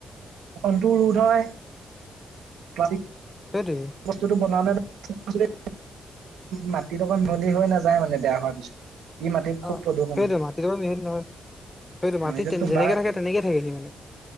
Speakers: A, on the right (about 80°); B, on the left (about 20°).
A: ৰোধ হয়! প্লাষ্টিক
B: সেইটোৱে
A: বস্তুটো <unintelligible> মাটি লগত মিহলি হৈ নাযায় মানে বেয়া হোৱাৰ পিছত ই মাটিত খুব
B: অ',
A: প্ৰদূষণ
B: সেইটোৱে
A: হয়।
B: মাটিৰ লগত মিহলি নহয়, সেইটো
A: অ
B: মাটিত
A: এতিয়াতো
B: যেনেকে
A: বাঁহ
B: থাকে তেনেকেই থাকে সি মানে।